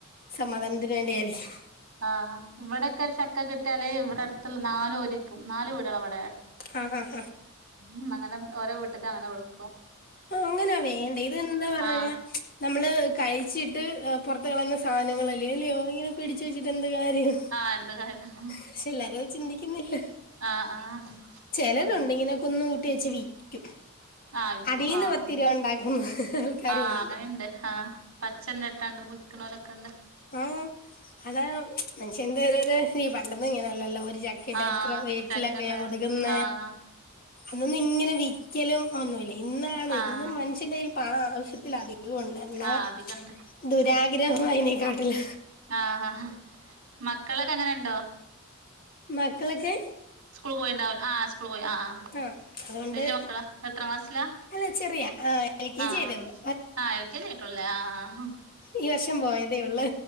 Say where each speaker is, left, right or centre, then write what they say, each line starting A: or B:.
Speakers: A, on the left; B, on the right.
A: സമാധാനത്തിന് വേണ്ടിയായിരിക്കും.
B: ആഹ്. ഇവടെക്കെ ഒരു ചക്ക കിട്ടിയാല് ഇവടെ അട്ത്ത്ള്ള നാല് ഓര്യേക്കും. നാല് വീടേളാ വടെ.
A: ആഹാ ഹാ ഹ.
B: ഉം അങ്ങനെ ഓരോ വീട്ടിക്ക് അങ്ങനെ വിടും.
A: ആഹ് അങ്ങനാ വേണ്ടേ ഇത് എന്താ പറഞ്ഞാ
B: ആ
A: നമ്മള് കഴിച്ചിട്ട് പുറത്ത് കളയുന്ന സാനങ്ങളെ ല്ലെ ല്ല്യോ ഇങ്ങനെ പിടിച്ച് വെച്ചിട്ട് എന്ത് കാര്യം.
B: ആ എന്ത കാര്യം
A: പക്ഷെ എല്ലാരും അതു ചിന്തിക്കുന്നില്ല.
B: ആ ആ
A: ചെലരുണ്ട്
B: ഉം
A: ഇങ്ങനെ കുന്ന് കൂട്ടി വെച്ച് വിക്കും.
B: ആഹ് വിക്കും
A: അതീന്ന്
B: ആഹ്.
A: പത്ത് രൂപ ഉണ്ടാക്കുന്ന ആൾക്കാരും
B: ആഹ്
A: ഉണ്ട്.
B: അങ്ങനിണ്ട് ആഹ്. പ ച്ചന്നെ ട്ടാണ്ട് വിക്കണോലൊക്കെണ്ട്.
A: ആഹ് അതാ മനുഷ്യന്റെ ഒരൊര് ഈ പണ്ടൊന്നും ഇങ്ങനല്ലല്ലോ ഒരു ച ക്കയിട്ട
B: ആഹ്
A: എത്ര വീട്ടിലൊക്കെയാ
B: ചക്കണ്ട്
A: കൊടുക്കുന്ന
B: ആഹ്
A: അന്നൊന്നും ഇങ്ങനെ വി ക്ക്യലും ഒന്നു ഇല്ല. ഇന്നാണ്
B: ആഹ്
A: ഇന്ന് മനുഷ്യന്റെ കൈയിൽ പണം ആവശ്യത്തിലധികം ഒ ണ്ടെന്നാ
B: ആഹ് അധികണ്ട്
A: ദുരാഗ്രഹം അയിനേക്കാട്ടിലാ.
B: ആഹഹ മക്കളൊക്കെ അങ്ങനെണ്ടോ.
A: മക്കളൊക്കെ
B: സ്കൂൾ പോയീണ്ടാവു, ആഹ് സ്കൂള് പോയി ആഹ് ആഹ്.
A: ആഹ് അതുകൊണ്ട്
B: വല്യ മക്കളാ എത്രാം ക്ലാസ്സിലാ
A: അവള് ചെറിയ, ആഹ് എൽ കെ
B: ആഹ്
A: ജി ആയതേ ഒള്ള്.
B: ആഹ് എൽ കെ ജി ആയിട്ടൊള്ളു ലേ ആഹ്.
A: ഈ വർഷം പോയതേ ഉള്ളു